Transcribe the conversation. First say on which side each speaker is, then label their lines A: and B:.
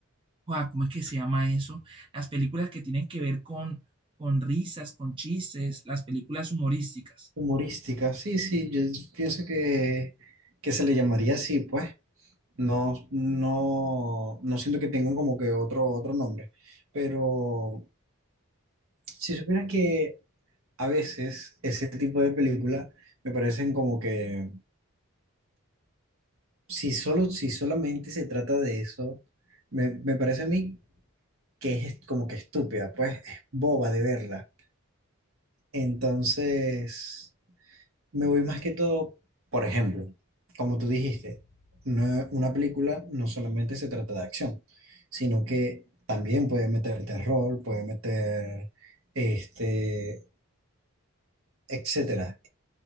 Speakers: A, on the right; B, on the right.
A: Joa, ¿cómo es que se llama eso? Las películas que tienen que ver con, con risas, con chistes, las películas humorísticas.
B: humorística, sí, sí, yo pienso que, que se le llamaría así, pues. No, no, no siento que tengan como que otro, otro nombre. Pero si supieras que a veces ese tipo de películas me parecen como que si solo, si solamente se trata de eso, me, me parece a mí que es como que estúpida, pues es boba de verla. Entonces. Me voy más que todo, por ejemplo, como tú dijiste, no- una película no solamente se trata de acción, sino que también puede meter terror, puede meter, este, etcétera.